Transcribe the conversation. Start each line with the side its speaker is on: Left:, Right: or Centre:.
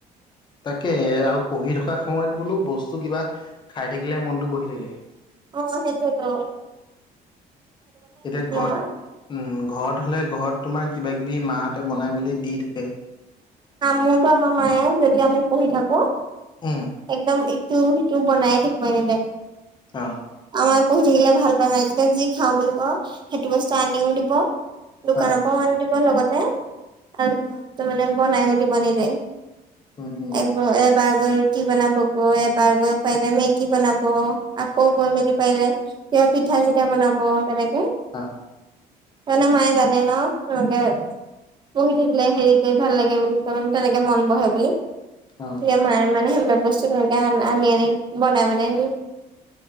Left: তাকে আৰু পঢ়ি থকা সময়ত বোলো বস্তু কিবা খাই থাকিলে মনতটো বহি থাকে।
Right: অ, সেইটোৱেইটো।
Left: এতিয়া ঘৰত
Right: মই
Left: উ ঘৰত হলে ঘৰত তোমাৰ কিবা কিবি মাহঁতে বনাই মেলি দি থাকে।
Right: মোৰতো আমাৰ মায়ে যদি আমি পঢ়ি থাকো
Left: উম।
Right: একদম ইটো সিটো বনাইে থাকিব এনে।
Left: অ।
Right: আমাৰ পঢ়ি থাকিলে ভাল পায় মানে তেতিয়া যি খাওঁ বুলি ক সেইটো বস্তু আনিও দিব। দোকানৰ
Left: অ
Right: পৰাও আনি দিব লগতে আৰু তাৰ মানে বনাই দিব নিজে।
Left: উম উম
Right: এ এ বগৰ <unintelligible> কি বনাব গৈ এবাৰ গৈ পাৰিলে মেগী বনাব আকৌ গৈ মেলি পাৰিলে। কিয় পিঠা চিঠা বনাব তেনেকে।
Left: অ।
Right: তণে মায়ে জানে ন, সেনেকে পহি থাকিলে হেৰি কৰি ভাল লাগে বুলি তাৰমানে তেনেকে মন বহে বুলি তেতিয়া
Left: অ
Right: মায়ে মানে সেইবিলাক বস্তুনেকে আ আনি আনি বনাই মনাই